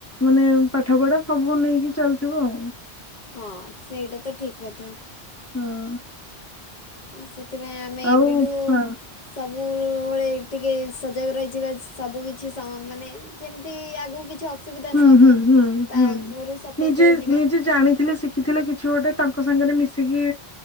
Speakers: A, on the left (about 15°); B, on the left (about 50°).
A: ମାନେ ପାଠ ପଢା ସବୁ ନେଇକି ଚାଲିଥିବ ଆଉ।
B: ହଁ ସେଇଟା ତ ଠିକ କଥା।
A: ହଁ।
B: ତ ସେଥିପାଇଁ ଆମେ
A: ଆଉ
B: ଏବେଠୁ
A: ହଁ
B: ସବୁବେଳେ ଟିକେ ସଜାଗ ରହିଛି ବା ସବୁ କିଛି ମାନେ ଯେମିତି ଆଗକୁ କିଛି ଅସୁବିଧା
A: ହୁଁ
B: ନ ହେବ
A: ହୁଁ ହୁଁ
B: ତା
A: ହୁଁ
B: ଆଗରୁ ସତର୍କ
A: ନିଜେ
B: ହେଇଯିବା
A: ନିଜେ ଜାଣିଥିଲେ ଶିଖିଥିଲେ କି ଛୁଅଟେ ତାଙ୍କ ସାଙ୍ଗରେ ମିଶିକି